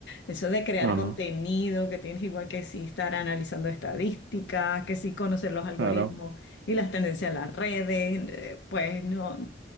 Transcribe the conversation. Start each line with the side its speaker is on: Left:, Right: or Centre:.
Left: Eso de crear
Right: No,
Left: contenido
Right: no.
Left: que tienes igual que sí estar analizando estadísticas, que sí conocer los algoritmos
Right: Claro.
Left: y las tendencias de las redes, eh, pues no,